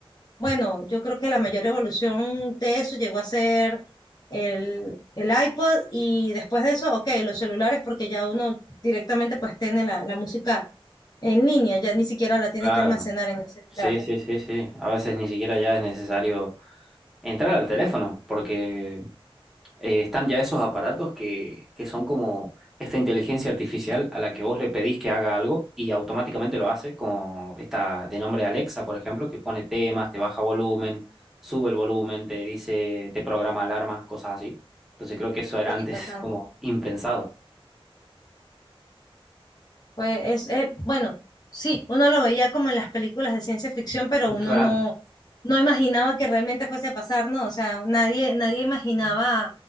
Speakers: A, on the left (about 40°); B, in the centre.
A: Bueno, yo creo que la mayor evolución de eso llegó a ser el, el iPod y después de eso, ok, los celulares porque ya uno directamente pues tiene la, la música en línea, ya ni siquiera la tiene
B: claro.
A: que almacenar en el celular.
B: Sí, sí, sí, sí. A veces ni siquiera ya es necesario entrar al teléfono porque eh, están ya esos aparatos que, que son como esta inteligencia artificial a la que vos le pedís que haga algo y automáticamente lo hace, como esta de nombre Alexa, por ejemplo, que pone temas, te baja volumen, sube el volumen, te dice, te programa alarmas, cosas así. Entonces creo que eso era
A: Sí,
B: antes
A: total.
B: <laughs> como impensado.
A: Pues es, eh, bueno, sí, uno lo veía como en las películas de ciencia ficción, pero uno
B: Claro,
A: no, no imaginaba que realmente fuese a pasar, ¿no? O sea, nadie, nadie imaginaba